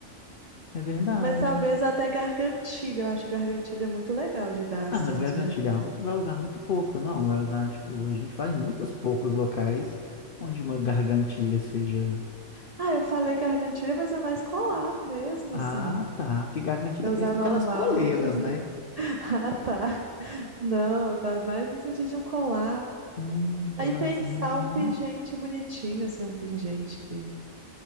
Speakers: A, on the left; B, on the right.
A: é verdade.
B: Mas talvez até gargantilha. Eu acho gargantilha muito legal de dar, assim,
A: Ah, mas
B: umas
A: gargantilha
B: bonitinhas.
A: é algo que vai usar muito pouco, não? Vai usar, tipo, a gente vai em muitos poucos locais onde uma gargantilha seja.
B: Ah, eu falei gargantilha, mas é mais colar mesmo,
A: Ah,
B: assim.
A: tá. Porque gargantilha
B: É
A: pensa
B: usar
A: naquelas
B: normal.
A: coleiras,
B: <laughs>
A: né?
B: Ah, tá. Não, eu falo mais no sentido de um colar.
A: Hum, colarzinho,
B: Aí pensar um
A: né?
B: pingente bonitinho, assim, um pingente que.